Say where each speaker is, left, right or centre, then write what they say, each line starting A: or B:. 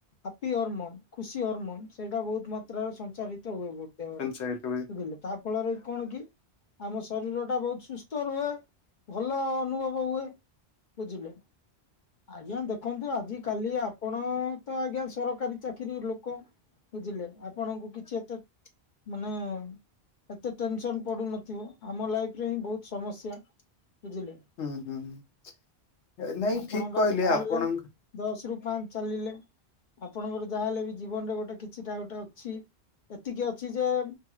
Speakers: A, on the left (about 50°); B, on the left (about 80°).
A: ହାପି ହରମୋନ ଖୁସି ହରମୋନ ସେଇଟା ବହୁତ ମାତ୍ରାରେ ସଞ୍ଚାରିତ ହୁଏ ବି ଦେହରେ
B: ସଞ୍ଚାଳିତ ହୁଏ
A: ବୁଝିଲେ ତା ଫଳରେ କଣ କି ଆମ ଶରୀର ଟା ବହୁତ ସୁସ୍ଥ ରୁହେ ଭଲ ଅନୁଭବ ହୁଏ। ବୁଝିଲେ ଆଜ୍ଞା ଦେଖନ୍ତୁ ଆଜି କାଲି ଆ ପଣ ତ ଆଜ୍ଞା ସରକାରୀ ଚାକିରି ଲୋକ ବୁଝିଲେ ଆପଣଙ୍କୁ କିଛି ଏତେ ମାନେ ଏତେ ଟେନସନ୍ ପଡୁନଥିବ ଆମ ଲାଇଫ ରେ ହିଁ ବହୁତ ସମସ୍ୟା। ବୁଝିଲେ।
B: ହୁଁ ହୁଁ ନାଇଁ
A: ଆପଣ
B: ଠିକ୍
A: ବାସ୍
B: କହିଲେ
A: ବାହାରିଲେ
B: ଆପଣଙ୍କ
A: ଦଶ ରୁ ପାଞ୍ଚ ଚାଲିଲେ। ଆପଣଙ୍କର ଯାହା ହେଲେ ବି ଜୀବନରେ ଗୋଟେ କିଛିଟା ଗୋଟେ ଅଛି ଏତିକି ଅଛି ଯେ